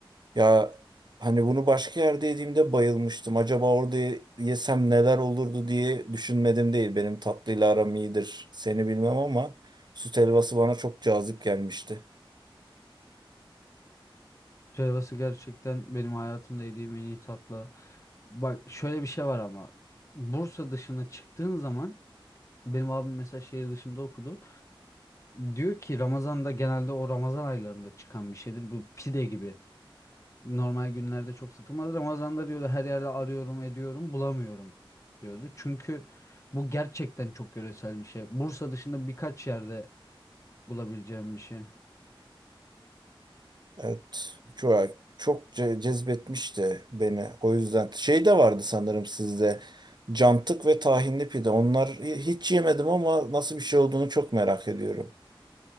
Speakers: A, on the right; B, on the left.
A: Ya hani bunu başka yerde yediğimde bayılmıştım. Acaba orada ye- yesem neler olurdu diye düşünmedim değil. Benim tatlıyla aram iyidir. Seni bilmem ama süt helvası bana çok cazip gelmişti.
B: Helvası gerçekten benim hayatımda yediğim en iyi tatlı. Bak şöyle bir şey var ama Bursa dışına çıktığın zaman benim abim mesela şehir dışında okudu. Diyor ki Ramazan'da genelde o Ramazan aylarında çıkan bir şeydir. Bu pide gibi. Normal günlerde çok satılmaz. Ramazan'da diyordu her yerde arıyorum ediyorum bulamıyorum diyordu. Çünkü bu gerçekten çok yöresel bir şey. Bursa dışında birkaç yerde bulabileceğim bir şey.
A: Evet. Çok, çok ce- cezbetmişti beni. O yüzden şey de vardı sanırım sizde. Cantık ve tahinli pide. Onlar hi- hiç yemedim ama nasıl bir şey olduğunu çok merak ediyorum.